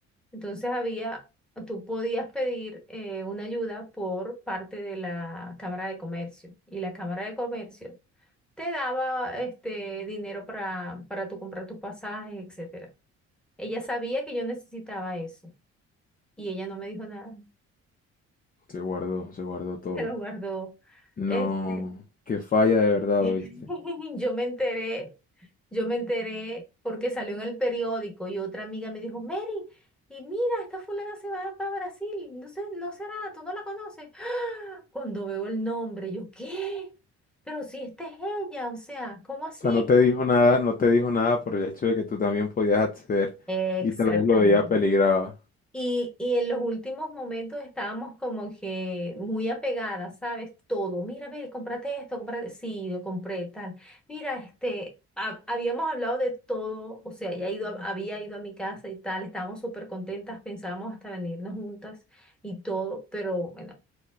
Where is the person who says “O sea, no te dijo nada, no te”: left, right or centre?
Left